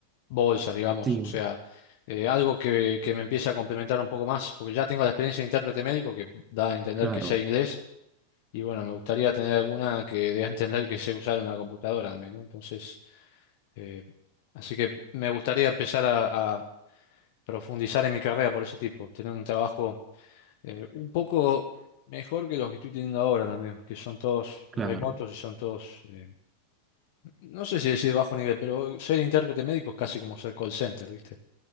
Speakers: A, on the left; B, on the right.
A: bolsas, digamos.
B: Sí,
A: O sea, eh, algo que, que me empiece a complementar un poco más, porque ya tengo la experiencia de intérprete médico que da a entender
B: claro,
A: que sé inglés. Y bueno, me gustaría tener alguna que dé a entender que sé usar una computadora también, ¿no? Entonces, eh, así que me gustaría empezar a, a profundizar en mi carrera por ese tipo, tener un trabajo eh, un poco mejor que los que estoy teniendo ahora también, que son todos
B: claro.
A: remotos y son todos, eh, no sé si decir bajo nivel, pero ser intérprete médico es casi como ser call center, ¿viste?